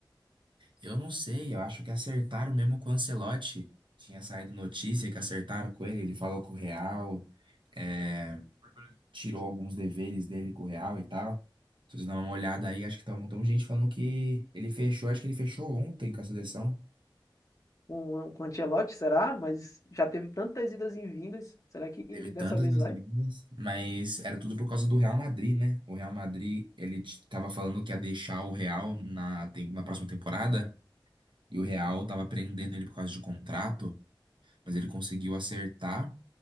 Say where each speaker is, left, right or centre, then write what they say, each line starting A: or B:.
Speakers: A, on the right; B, on the left.
A: Eu não sei, eu acho que acertaram mesmo com o Ancelotti. Tinha saído notícia que acertaram com ele, ele falou com o Real, é, tirou alguns deveres dele com o Real e tal. Se vocês dão uma olhada aí, acho que tá um montão de gente falando que ele fechou, acho que ele fechou ontem com a seleção.
B: com, com o Ancelotti, será? Mas já teve tantas idas e vindas. Será que
A: Teve tantas
B: dessa vez
A: nas
B: vai?
A: ligas, mas era tudo por causa do Real Madrid, né? O Real Madrid, ele t- tava falando que ia deixar o Real na, tem- na próxima temporada, e o Real tava prendendo ele por causa de contrato, mas ele conseguiu acertar.